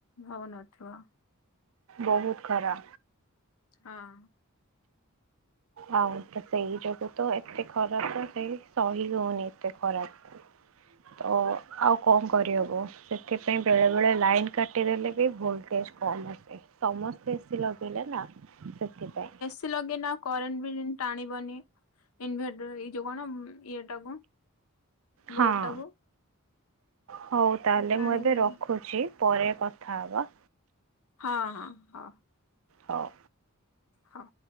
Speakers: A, on the left; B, on the right.
A: ହଉନଥିବ।
B: ବହୁତ ଖରା!
A: ହଁ!
B: ଆଉ ତ ସେଇ ଯୋଗୁ ତ ଏତେ ଖରା ସେଇ ସହି ହଉନି ଏତେ ଖରା! ହଁ! ତ ଆଉ କଣ କରିହବ ସେଥିପାଇଁ ବେଳେ ବେଳେ ଲାଇନ୍ କାଟିଦେଲେ ବି ଭୋଲଟେଜ କମ ଆସେ ସମସ୍ତେ ଏସିି ଲଗେଇଲେ ନା ସେଥିପାଇଁ!
A: ଏସି ଲଗେଇନେ ଆଉ କରେଣ୍ଟ ବି ଟାଣିବନି ଇନଭେଟରରେ ଇ ଯଉ କଣ ଇଏ ଟାକୁ
B: ହଁ
A: ବୋଡ ଟାକୁ?
B: ହଉ ତାହଲେ
A: ଟାଣିବନି
B: ମୁଁ ଏବେ ରଖୁଛି ପରେ କଥା ହବା!
A: ହଁ ହଁ ହଁ!
B: ହଉ!
A: ହଉ!